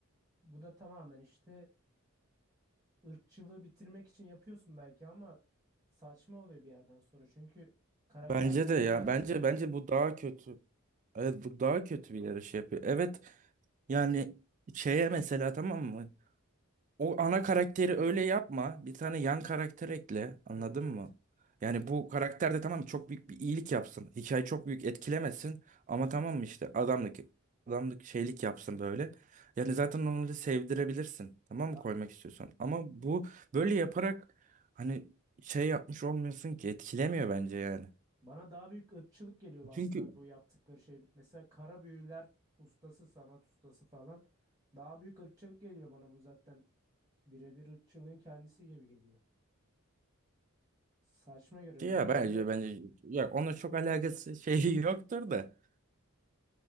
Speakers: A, on the right; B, on the right.
A: bu da tamamen işte ırkçılığı bitirmek için yapıyorsun belki ama saçma oluyor bir yerden sonra çünkü karakter
B: Bence
A: bu
B: de ya.
A: değil aslında.
B: Bence bence bu daha kötü. Evet bu daha kötü bir yarış yapıyor. Evet yani şeye mesela tamam mı? O ana karakteri öyle yapma. Bir tane yan karakter ekle. Anladın
A: Evet evet.
B: mı? Yani bu karakter de tamam mı, çok büyük bir iyilik yapsın. Hikaye çok büyük etkilemesin. Ama tamam mı işte adamlık adamlık şeylik yapsın böyle. Yani zaten onu da sevdirebilirsin. Tamam
A: Ya
B: mı koymak istiyorsan. Ama bu böyle yaparak hani şey yapmış olmuyorsun ki etkilemiyor bence yani.
A: bana daha büyük ırkçılık geliyor aslında
B: Çünkü
A: bu yaptıkları şey. Mesela kara büyüler ustası, sanat ustası falan. Daha büyük ırkçılık geliyor bana bu zaten birebir ırkçılığın kendisi gibi geliyor. Saçma görüyorum.
B: Ya
A: Bunun yerine
B: bence bence ya onunla çok alakası <laughs> şeyi yoktur da.